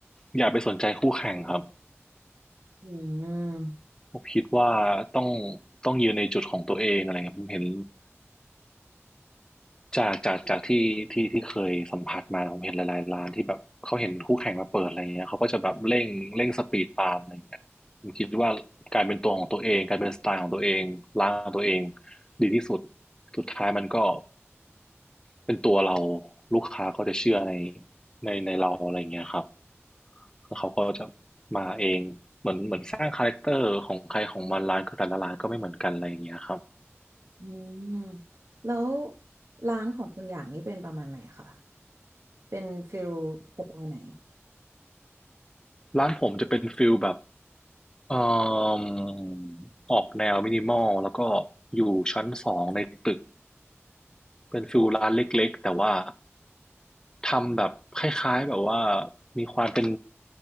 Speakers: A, on the left; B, on the right.
A: อย่าไปสนใจคู่แข่งครับ
B: อืม
A: ผมคิดว่าต้องต้องยืนในจุดของตัวเองอะไรเงี้ยผมเห็น จากจากจากที่ที่ที่เคยสัมผัสมาผมเห็นหลายๆร้านที่แบบเขาเห็นคู่แข่งมาเปิดอะไรเงี้ยเขาก็จะแบบเร่งเร่งสปีดตามอะไรเงี้ยผมคิดว่าการเป็นตัวของตัวเองการเป็นสไตล์ของตัวเองร้านของตัวเองดีที่สุดสุดท้ายมันก็เป็นตัวเราลูกค้าก็จะเชื่อในในในเราอะไรเงี้ยครับแล้วเขาก็จะมาเองเหมือนเหมือนสร้างคาแรคเตอร์ของใครของมันร้านก็แต่ละร้านก็ไม่เหมือนกันอะไรเงี้ยครับ
B: อืมแล้วร้านของคุณอย่างนี้เป็นประมาณไหนคะเป็นฟิลสไตล์ไหน
A: ร้านผมจะเป็นฟิลแบบ เอ่อออกแนวมินิมอลแล้วก็อยู่ชั้นสองในตึกเป็นฟิลร้านเล็กๆแต่ว่าทำแบบคล้ายๆแบบว่ามีความเป็น